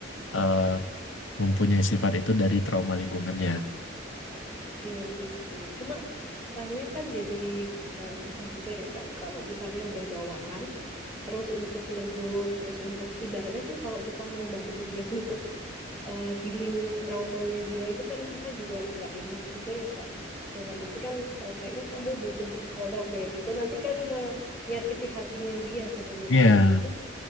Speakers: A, on the left; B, in the centre.
A: eh, mempunyai sifat itu dari trauma lingkungannya.
B: Iya sih betul. Cuma tanya kan jadi eh, susah juga ya Kak. Kalau misalnya udah bawaan, terus untuk negur, terus untuk ibaratnya tuh kalau kita mau bantu dia <laughs> untuk eh, healing traumanya dia itu kan kita juga nggak enak juga ya Kak. Dalam arti kan eh, kayaknya kamu butuh psikolog deh gitu. Nanti kan menyakiti hatinya dia sebenarnya
A: Iya,
B: ya. Itu